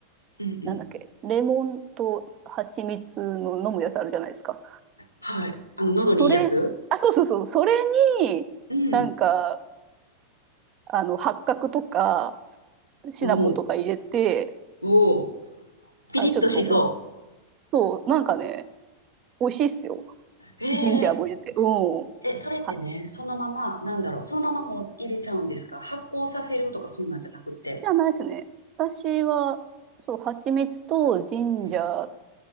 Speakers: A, on the left; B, on the right.
A: うんうん。
B: なんだっけレモンと蜂蜜の飲むやつあるじゃないですか
A: はい。あの、喉にいいやつ？
B: それあそうそうそうそれになんか
A: うん。
B: あの八角とかシナモンとか入れて
A: おお、おお。ピリッとしそ
B: あのちょっとおそうなんかね美味しいっすよ
A: う。え
B: ジンジャーも入れてうん
A: え。え、それってね、
B: あ
A: そのまま、なんだろう、そのままもう入れちゃうんですか？発酵させるとかそんなんじゃなくて。
B: じゃないっすね私はそう蜂蜜とジンジャー
A: うん、